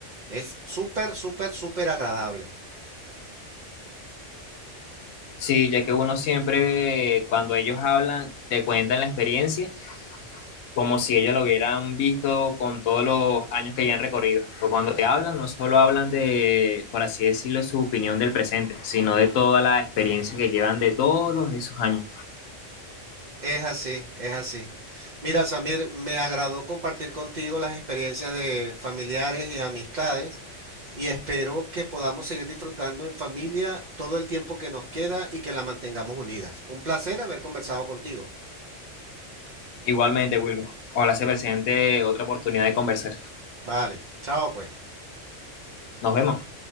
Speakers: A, on the right (about 50°); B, on the left (about 85°).
A: Es súper, súper, súper agradable.
B: Sí, ya que uno siempre, cuando ellos hablan, te cuentan la experiencia como si ellos lo hubieran visto con todos los años que ya han recorrido. Porque cuando te hablan, no solo hablan de, por así decirlo, su opinión del presente, sino de toda la experiencia que llevan de todos esos años.
A: Es así, es así. Mira, Samir, me agradó compartir contigo las experiencias de familiares y amistades. y espero que podamos seguir disfrutando en familia todo el tiempo que nos queda y que la mantengamos unidas. Un placer haber conversado contigo.
B: Igualmente, Wilmer, ojalá se presente otra oportunidad de conversar.
A: Vale, chao pues.
B: Nos vemos.